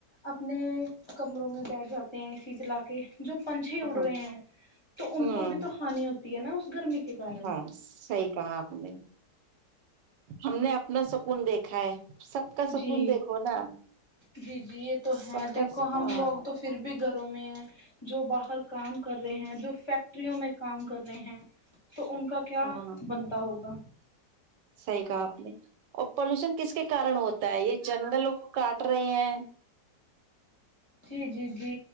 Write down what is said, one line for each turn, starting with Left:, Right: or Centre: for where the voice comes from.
Left: اپنے کمروں میں بیٹھ جاتے ہیں اسی چلا کے جو پنچھے
Right: ہوں
Left: اڑ رہے ہیں تو ان
Right: ہوں
Left: کو بھی تو ہانی ہوتی ہے نا اس گرمی کے کارن
Right: ہاں صحیح کہا آپ نے ہم نے اپنا سکون دیکھا ہے سب کا سکون
Left: جی
Right: دیکھو نا
Left: جی جی یہ تو
Right: سب
Left: ہے دیکھو
Right: کا
Left: ہم
Right: ہاں
Left: لوگ تو پھر بھی گھروں میں ہے جو باہر کام کر رہے ہیں جو فیکٹ ٹریوں میں کام کر رہے ہیں تو ان کا کیا
Right: ہاں
Left: بنتا ہوگا
Right: صحیح کہا آپ نے اور پولوشن کس کے کارن ہوتا ہے یہ جنگلوں کو کاٹ رہے ہیں
Left: جی جی جی